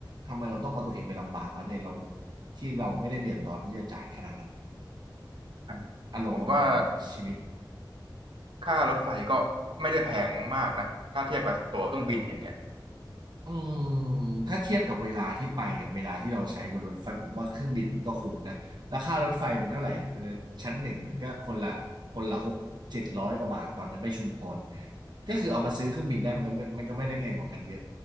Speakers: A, on the right; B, on the right.
A: ทำไมเราต้องเอาตัวเองไปลำบากวะในเราที่เราไม่ได้เดือดร้อนที่จะจ่ายขนาดนั้น
B: อืมผมว่า
A: อารมณ์ประมาณนั้นชีวิต
B: ค่ารถไฟก็ไม่ได้แพงมากนะถ้าเทียบกับตั๋วเครื่องบินอย่างเงี้ย
A: อืมถ้าเทียบกับเวลาที่ไปกับเวลาที่เราใช้บนรถไฟผมว่าเครื่องบินมันก็คุ้มนะราคารถไฟมันเท่าไหร่มันชั้นหนึ่งมันก็คนละคนละหกเจ็ดร้อยกว่าบาทตอนนั้นไปชุมพรก็คือเอามาซื้อเครื่องบินได้มันก็ไม่มันก็ไม่ได้แพงกว่ากันเยอะ